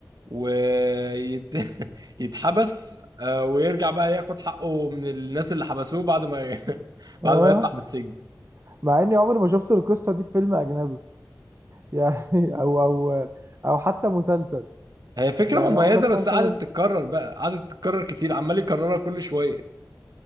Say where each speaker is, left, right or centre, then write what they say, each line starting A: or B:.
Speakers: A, on the right (about 65°); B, on the right (about 40°).
A: ويتحبس <laughs> ويرجع بقى ياخد حقه من الناس اللي حبسوه بعد ما ي- <laughs> بعد
B: اه
A: ما يطلع من السجن
B: مع اني عمري ما شفت القصة دي في فيلم اجنبي يعني <laughs> او او او حتى مسلسل
A: هي فكرة
B: يعني
A: مميزة
B: عمرك
A: بس
B: مثلا
A: قعدت تتكرر بقى قعدت تتكرر كتير عمال يكررها كل شوية